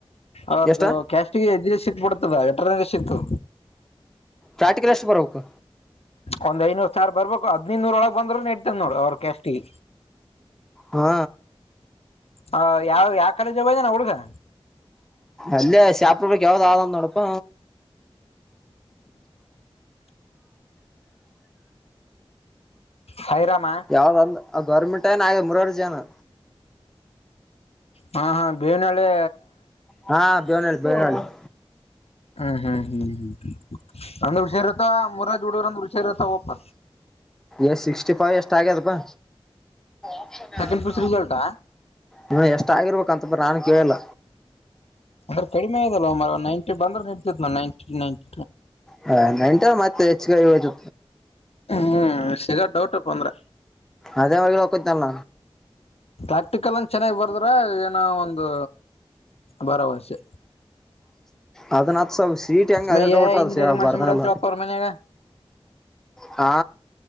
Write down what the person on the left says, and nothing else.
ಅವದ್ದು
ಕ್ಯಾಸ್ಟಿಗೆ ಎದ್ದು ಸಿಕ್ಬ ಬಿಡ್ತದ ಎರ ಸಿಕ್ಕು
ಒಂದ್ ಐನೂರ್ ಸಾರ್ ಬರ್ಬೇಕು ಹದ್ನದುನೂರೊಳಗ್ ಬಂದರುೂ ಇಡ್ತನ್ ನೋಡು ಅವ್ರ ಕಷ್ಟಿಗೆ
ಹ ಯಾವ ಯ ಕಡೆ ಜವ ಳಖಾ
ಸೈರಾಮ
ಹಾ ಹಾ ಬೇವಿನಳಿ
ಹ್ಮ್ ಹ್ಮ್ ಹ್ಮ್ ಹ್ಮ್ ಅಂದ್ರ ಹುಷಾರ ಇರ್ತಾವ ಮುರಾಜ್ ಹುಡುಗರ್ ಅಂದ್ರ ಹುಷಾರ್ ಇರ್ತಾವಪ್ಪ
ಸೆಕೆಂಡ್
ಪಿಯುಸಿ ರಿಸಲ್ಟ್
ಅಂದ್ರ ಕಡಿಮೆ ಆದಲ್ಲ ಮ ನೈಂಟಿ ಬಂದ್ರೆ ನಿಡ್ತ್ ನವು ನೈಂಟಿ ನೈಂಟ
ಹ್ಮ್ ಶೇಗ ಡೌಟ್ಪ್ಪ ಅಂದ್ರೆ.
ಪ್ರಾಕ್ಟಿಕಲ್ನ್ ಚೆನ್ನಾಗಿ ಬರದ್ರ ಏನೋ ಒಂದು ಭರವಸೆ.
ಸುಮಿ
ಇಂಜಿನಿಯರಿಂಗ್ ಮಾಡ್ಸಬಿಡಂತ
ಅಪ್ಪರ ಮನ್ಯಾಗ